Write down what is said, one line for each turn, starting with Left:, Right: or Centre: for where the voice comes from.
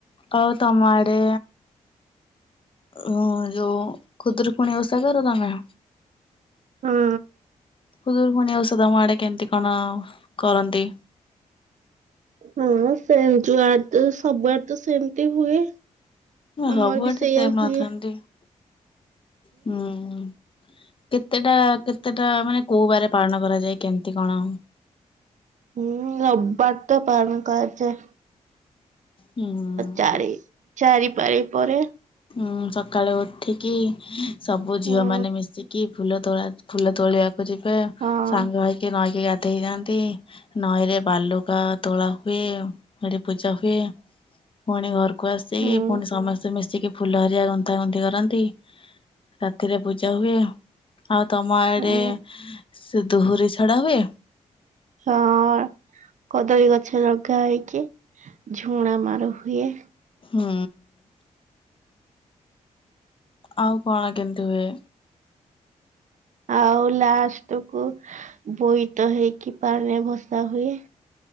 Left: ଆଉ ତମ ଆଡେ ଅ ଯୋ ଖୁଦୁରୁକୁଣୀ ଓଷା କର ତମେ?
Right: ହୁଁ।
Left: ଖୁଦୁରୁକୁଣୀ ଓଷା ତମ ଆଡେ କେମିତି କଣ କରନ୍ତି?
Right: ହଁ ସେମ ଯୁଆଡ ସବୁଆଡ ତ ସେମିତି ହୁଏ। ଆମର
Left: ସବୁଆଡେ
Right: ବି ସେଇଆ
Left: ସେମ୍ ନଥାନ୍ତି
Right: ହୁଏ।
Left: ହୁଁ। କେତେଟା କେତେଟା ମାନେ କୋଉ ବାରେ ପାଳନ କରାଯାଏ କେମିତି କଣ?
Right: ହୁଁ ରବିବାର ତ ପାଳନ କରାଯାଏ।
Left: ହୁଁ।
Right: ଚାରି ଚାରିପାରି ପରେ
Left: ଉଁ ସକାଳେ ଉଠିକି ସବୁ ଝିଅ
Right: ହୁଁ
Left: ମାନେ ମିଶିକି ଫୁଲ ତୋ ଫୁଲ ତୋଳିବାକୁ ଯିବେ
Right: ହଁ
Left: ସାଙ୍ଗ ହେଇକି ନଈକି ଗାଧେଇ ଯାଆନ୍ତି। ନଈରେ ବାଲୁକା ତୋଳା ହୁଏ ଏଠି ପୂଜା ହୁଏ ଫୁଣି ଘରକୁ ଆସିକି
Right: ହୁଁ
Left: ଫୁଣି ସମସ୍ତେ ମିଶିକି ଫୁଲ ହରିକା ଗନ୍ଥା ଗୁନ୍ଥି କରନ୍ତି ରାତିରେ ପୂଜା ହୁଏ। ଆଉ ତମ ଆଡେ
Right: ହୁଁ
Left: ସେ ଦୁହୁରି ଛଡା ହୁଏ।
Right: ହଁ କଦଳୀ ଗଛ ଲଗା ହେଇକି ଝୁଣା ମାର ହୁଏ।
Left: ହୁଁ। ଆଉ କଣ କେମତି ହୁଏ?
Right: ଆଉ ଲାଷ୍ଟ କୁ ବୋଇତ ହେଇକି ପାଣି ଭସା ହୁଏ।